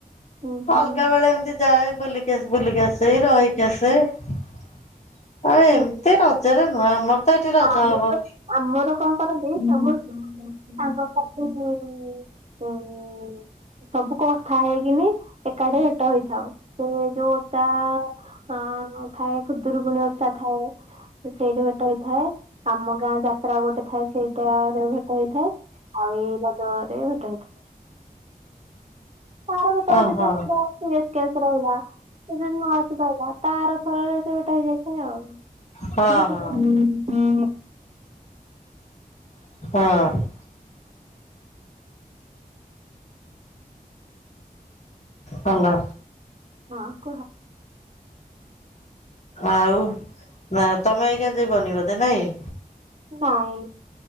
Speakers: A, on the right; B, on the left.
A: ହୁଁ ହୁଁ
B: ଅଲଗା ବେଳେ ଏମିତି ଯାଏ ବୁଲିକି ଆସ୍ ବୁଲିକି ଆସେ ରହିକି ଆସେ। ଆଉ
A: ହୁଁ
B: ଏମିତି ରଜରେ ନୁହେଁ ଆମର ତ ଏଠି ରଜ
A: ଆମର
B: ହବ।
A: ଆମର କଣ କରନ୍ତି ସବୁ ସାଙ୍ଗସାଥି ଉଁ ଉଁ-ଉଁ ସବୁ କଥା ହେଇକିନି ଏକାଠି ଭେଟ ହେଇଥାଉ ସେ ଯୋଉ ତ ଅଁ ଥାଏ ଖୁଦୁରୁକୁଣି ଓଷା ଥାଏ ସେଇଟି ଭେଟ ହେ ଥାଏ, ଆମ ଗାଁ ଯାତ୍ରା ଗୋଟେ ଥାଏ ସେଇଟାରେ ଭେଟ ହେଇଥାଏ। ଆଉ ଏଇ ରଜରେ ଭେଟ ହେଇଥାଏ। କାହାର ଭେଟ
B: ଓହୋ
A: ହୁଏ ସେଠି ଯାଏ। ସିରିଏସ୍ କେସ୍ ରହିଲା ସେ ଯଦି ନ ଆସି ପାଇଲା ତାର ଫେରେ ଯୋଉଟା ହେଇଯାଏ। ଏମିତି ଆଉ,
B: ହଁ
A: ଯେ
B: ହଁ
A: <inaudible>
B: ହଁ। ଭଲ।
A: ହଁ କୁହ।
B: ଆଉ ନା ତମେ ଆଜ୍ଞା ଯିବନି ବୋଧେ ନାଇଁ?
A: ନାଇଁ